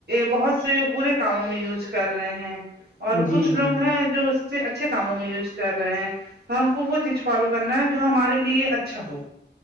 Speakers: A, on the right; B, on the left.
A: بہت سے برے کاموں میں یوز کر رہے ہیں اور
B: جی
A: کچھ
B: جی
A: لوگ
B: جی
A: ہے جو اس سے اچھے کاموں میں یوز کر رہے ہیں ہم کو وہ چیز فالو کرنا ہے جو ہمارے لیے اچھا ہو